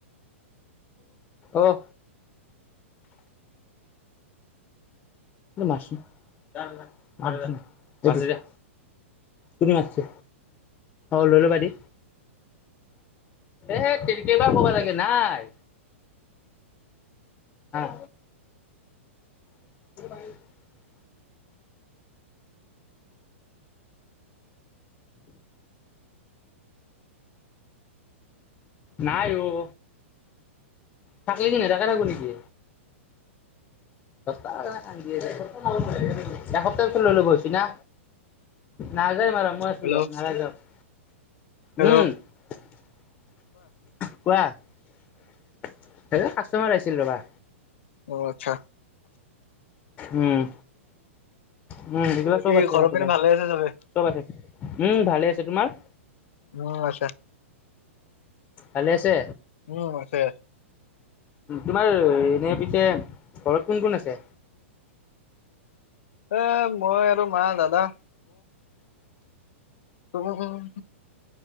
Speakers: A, on the left; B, on the left.
A: অঁ মাৰছি জ ভ ন <unintelligible> মাতছে যা, কোনে মাতছি, অ লৈ লবা দি হেত তেৰি কেইবাৰ ক'ব লাগে নাই, হাঁ <inaudible> নাই অঁ থাকিলে কি নেদেয়াকে থাকো নেকি এসপ্তাহৰ কাৰণে কান্দি আছি ।এসপ্তাহ পিছত লৈ ল'ব হৈছি না নাযায় মাৰ মই আছো
B: হেল্ল'
A: যক নাযায় যক,
B: হেল্ল'
A: উম কোৱা হে কাষ্টমাৰ আহিছিল ৰবা।
B: অঁ আচ্ছা
A: উম। উম এইগিলা
B: বাকী
A: চব আছে
B: ঘৰৰ
A: আপোনাৰ
B: পিনে ভালে আছে চবে
A: চব আছে উম ভালে আছে তোমাৰ।
B: উম আছা।
A: ভালে আছে
B: উম আছে।
A: তোমাৰ এনে পিছে ঘৰত কোন কোন আছে!
B: এ মই আৰু মা দাদা উম হোম